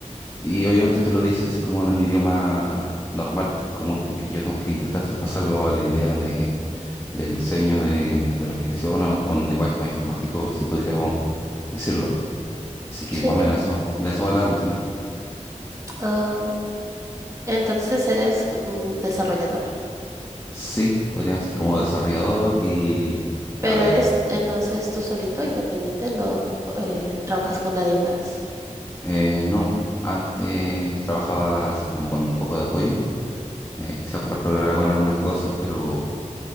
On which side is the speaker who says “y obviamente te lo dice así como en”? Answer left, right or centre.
Left